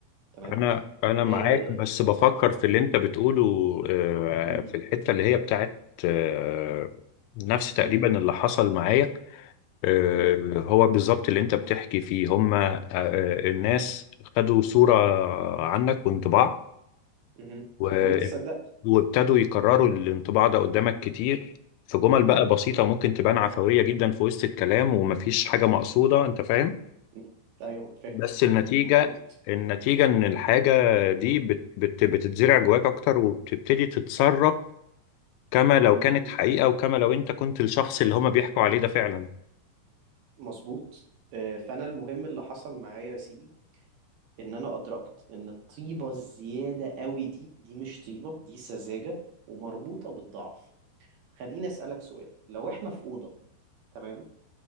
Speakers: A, on the right; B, on the left.
A: تمام
B: انا انا معاك
A: آه،
B: بس بفكر في اللي
A: م-
B: انت بتقوله آه،
A: م-
B: في الحته اللي هي بتاعت آه، نفس تقريبا
A: م-
B: اللي حصل معايا آه،
A: م-
B: هو بالظبط اللي انت بتحكي فيه هما آه، الناس خدوا صوره عنك وانطباع
A: م- م-
B: و-
A: وانت صدقت
B: وابتدوا يكرروا الانطباع ده قدامك كتير في جمل
A: م-
B: بقى بسيطه ممكن تبان عفويه جدا في وسط الكلام ومفيش حاجه مقصوده انت فاهم
A: م. ايوه فاهم
B: بس النتيجة
A: مظ- مظبوط
B: النتيجة إن الحاجة دي بت بت بتتزرع جواك أكتر وبتبتدي تتصرف كما لو
A: م-
B: كانت
A: م.
B: حقيقة وكما لو أنت كنت الشخص اللي هما بيحكوا عليه ده فعلا
A: مظبوط آه، فانا المهم اللي حصل معايا يا سيدي ان انا ادركت ان الطيبه الزياده قوي دي دي مش طيبه دي سذاجه ومربوطه بالضعف خليني اسالك سؤال لو احنا في اوضه تمام